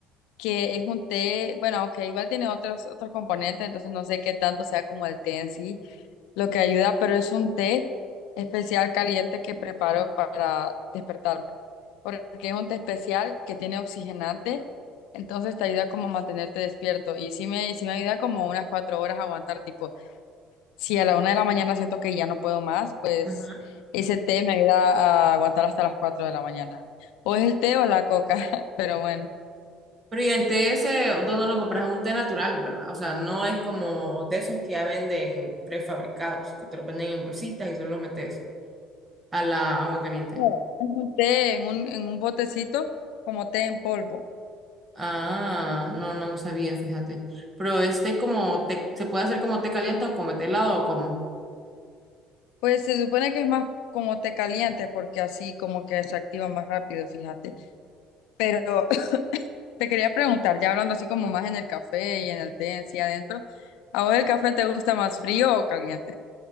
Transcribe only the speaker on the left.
que es un té, bueno, aunque igual tiene otros, otros componentes, entonces no sé qué tanto sea como el té en sí lo que ayuda, pero es un té especial caliente que preparo para despertarme, porque es un té especial que tiene oxigenante, entonces te ayuda como a mantenerte despierto y sí me, sí me ayuda como unas cuatro horas a aguantar, tipo, si a la una de la mañana siento que ya no puedo más, pues
ese té me ayuda a aguantar hasta las cuatro de la mañana. O es el té o la coca, <laughs> pero bueno.
No, es un té en un, en un botecito como té en polvo.
Pues se supone que es más como té caliente porque así como que se activa más rápido, fíjate. Pero <laughs> te quería preguntar, ya hablando así como más en el café y en el té en sí adentro, ¿a vos el café te gusta más frío o caliente?